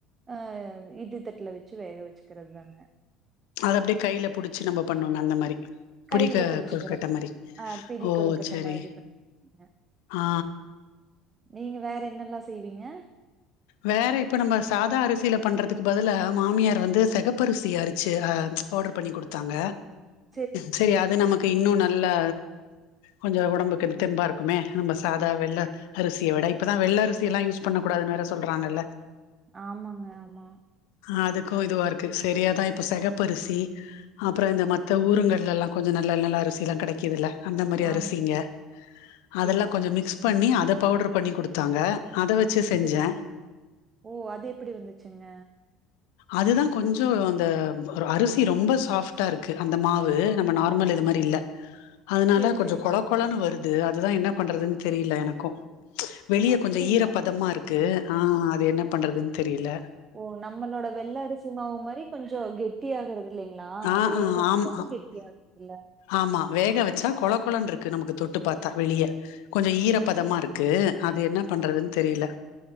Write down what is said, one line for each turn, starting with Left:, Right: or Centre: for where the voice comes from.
Right: அ இட்லி தட்டுல வெச்சு வேக வேச்சுக்கறது தாங்க
Left: அத அப்டியே கையில புடிச்சு நம்ம பண்ணோமே அந்த மாரி
Right: கையில
Left: பிடிக
Right: புடிச்சுக்கிறது
Left: கொழுக்கட்ட மாரி
Right: ஆ பிடி
Left: ஓ
Right: கொழுக்கட்ட
Left: சேரி
Right: மாதிரி பண்ணிக்குவீங்க
Left: ஆ
Right: நீங்க வேற என்னல்லா செய்வீங்க
Left: வேற இப்ப நம்ப சாதா அரிசில பண்றதுக்கு பதிலா மாமியார் வந்து செகப்பரிசி அரிச்சு அ பவுடர் பண்ணி குடுத்தாங்க
Right: <inaudible>
Left: சேரி அது நமக்கு இன்னு நல்லா கொஞ்சோ ஓடம்புக்கு தெம்பா இருக்குமே நம்ப சாதா வெள்ள அரிசிய விட இப்பதா வெள்ள அரிசியெல்லா யூஸ் பண்ணக்கூடாதுன்னு வேற சொல்றாங்கல்ல
Right: ஆமாங்க ஆமா
Left: அதுக்கோ இதுவா இருக்கு செரியாதா இப்ப செகப்பரிசி அப்றோ இந்த மத்த ஊருங்கலெல்லா கொஞ்சோ நல்ல நல்ல அரிசில்லா கெடைக்குதில்ல அந்த மாரி அரிசிங்க
Right: ஆமா செரி
Left: அதெல்லா
Right: செரி
Left: கொஞ்சோ மிக்ஸ் பண்ணி அத பவுடர் பண்ணி குடுத் தாங்க அத வெச்சு செஞ்சே
Right: செரி செரி ஓ அது எப்டி வந்துச்சுங்க
Left: அதுதா கொஞ்சோ அந்த அரிசி ரொம்ப சாஃப்ட்டா இருக்கு அந்த மாவு நம்ம நார்மல் இது மாரி இல்ல
Right: <inaudible>
Left: அதுனால கொஞ்ச
Right: செரி
Left: கொழ கொழன்னு வருது அதுதா என்ன பண்றதுன் தெரில எனக்கு வெளிய
Right: அப்டிங்களா
Left: கொஞ்ச ஈரப்பதமா இருக்கு ஆ அது என்ன பண்றதுன் தெரில
Right: ஓ நம்மளோட வெள்ள அரிசிமாவு மாரி கொஞ்ச கெட்டி ஆகுறது இல்லைங்களா
Left: ஆ
Right: வேக
Left: ஆ
Right: வச்சாலு
Left: ஆமா
Right: வெட்டி ஆகுறதில்ல
Left: ஆமா வேக வச்சா கொழ கொழன்ருக்கு நமக்கு தொட்டு பாத்தா வெளிய கொஞ்ச ஈரப்பதமா
Right: ஓ செரி
Left: இருக்கு அது என்ன பண்றதுன் தெரில